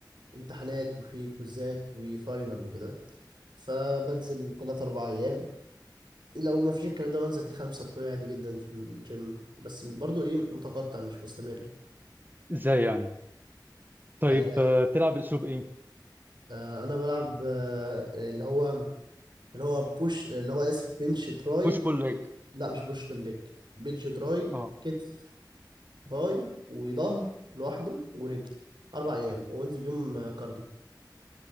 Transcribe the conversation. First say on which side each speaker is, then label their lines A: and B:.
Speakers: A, on the right; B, on the right.
A: امتحانات وفي كوزات وفاينل وكده فبنزل 3 4 ايام لو ما فيش الكلام ده بنزل خمسة بتوعي عادي جدا في الجيم بس برضه ايه متقطع مش مستمر
B: ازاي يعني طيب
A: يعني
B: آه، بتلعب باسلوب ايه
A: آه، انا بلعب آه، اللي هو اللي هو بوش اللي هو اسف بنش تراي
B: بوش بول ليج
A: كت- لا مش بوش بالليج بنش تراي
B: اه
A: كتف باي وظهر لوحده ورجل اربع ايام وانزل يوم آه، كارديو